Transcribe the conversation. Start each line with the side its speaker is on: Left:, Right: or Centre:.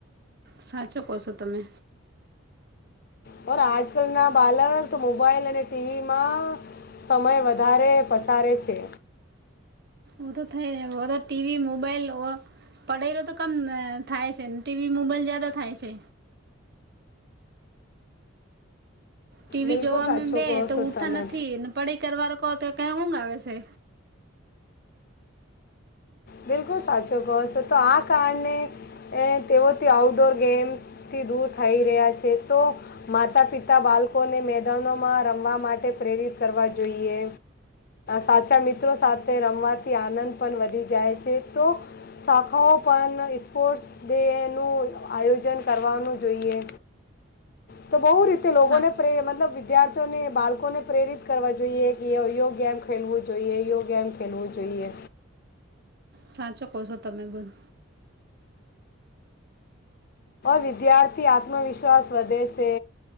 Right: સાચો કહ છો તમે.
Left: પણ આજકાલ ના બાલક મોબાઈલ અને ટીવીમાં સમય વધારે પસારે છે.
Right: બધું થઈ બધ ટીવી મોબાઈલ ઓ પડેલો તો કમ થાય છે. ને ટીવી મોબાઈલ જ્યાદા થાય છે. ટીવી
Left: બિલકુલ
Right: જોવાવામાં
Left: સાચું
Right: બે
Left: કહો
Right: તો
Left: છો
Right: ઉઠતા
Left: તમે
Right: નથી પડાઈ કરવા કહો તો ઊંઘ આવે છે.
Left: બિલકુલ સાચો કહો છો તો આ કારણણે તેઓથી આઉટડોર ગેમ્સ થી દૂર થઈ રહ્યા છે તો માતા પિતા બાળકોને મેદાનોમાં રમવા માટે પ્રેરિત કરવા જોઈએ. સાચા મિત્રો સાથે રમવાથી આનંદ પણ વધી જાય છે તો શાખાઓ પણ સ્પોર્ટ્સ નું આયોજન કરવાનું જોઈએ તો બ રીતે લોકોને
Right: સા
Left: પ્રે મતબ વિદ્યા વિદ્યાર્થીઓને બાળકોને પ્રેરિત કરવા જોઈએ કે યો ગેમ ખેલવું જોઈએ યો ગેમ ખેલવું જોઈએ.
Right: સાચો કહો છો તમે બધ.
Left: વિદ્યાર્થી આત્મવિશ્વાસ વધે છે.